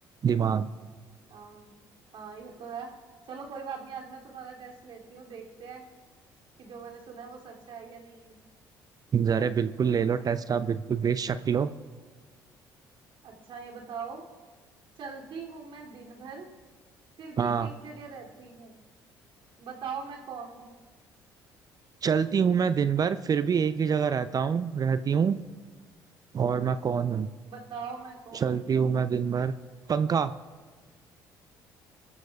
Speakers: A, on the right (about 40°); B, on the right (about 60°).
A: दिमाग
B: हाँ हाँ ये तो है चलो कोई बात नहीं आज मैं तुम्हारा टेस्ट लेती हूँ देखते हैं कि जो मैंने सुना है वो सच है या नहीं है
A: अरे बिल्कुल ले लो टेस्ट आप बिल्कुल बेशक लो
B: अच्छा ये बताओ चलती हूँ मैं दिन भर फिर भी
A: हाँ
B: एक जगह रहती हूँ बताओ मैं कौन हूँ
A: चलती हूँ मैं दिन भर फिर भी एक ही जगह रहता हूँ रहती हूँ और मैं कौन हूँ
B: बताओ मैं कौन
A: चलती
B: हूँ
A: हूँ मैं दिन भर पंखा